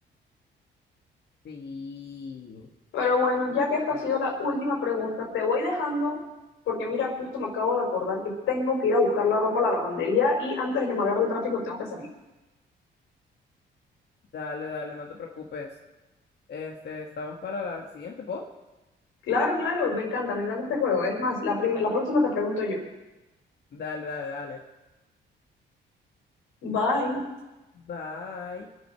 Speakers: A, on the left (about 55°); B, on the left (about 85°).
A: Sí.
B: Pero bueno, ya que esta
A: Bueno,
B: ha sido la última pregunta, te voy dejando porque mira, justo me acabo de acordar que tengo que ir a buscar la ropa a la lavandería y antes de que me agarre el tráfico tengo que salir.
A: dale, dale, no te preocupes. Este, estamos para la siguiente, ¿po?
B: Claro, claro, me encanta, me encanta este juego. Es más, la, prim- la próxima te pregunto yo.
A: Dale, dale, dale.
B: Bye.
A: Bye.